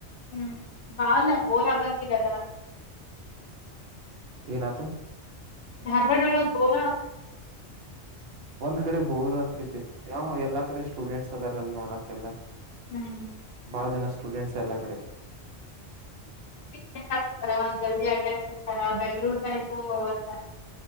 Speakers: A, on the left; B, on the right.
A: ಹ್ಮ್ ಬಾಳ ಬೋರ್ ಆಗಂಗಲ್ಲ ಅದ
B: ಏನತ
A: ಧರ್ಮಡಳ ಗೋರ
B: ಒಂದ್ ಕಡೆ ಬೋರ್ ಹಾಕತಿ ಅ ಎಲ್ಲಾ ಕಡೆ ಸ್ಟೂಡೆಂಟ್ಸ್ ಅದಾರಲ್ಲಿ ನೋಡಕೆಲ್ಲ
A: ಹ್ಮ್
B: ಆ ಜನ ಸ್ಟೂಡೆಂಟ್ಸ್ಲ್ಲ
A: ಜಿ ಆ ಬೆಂಗೂರುು ಹ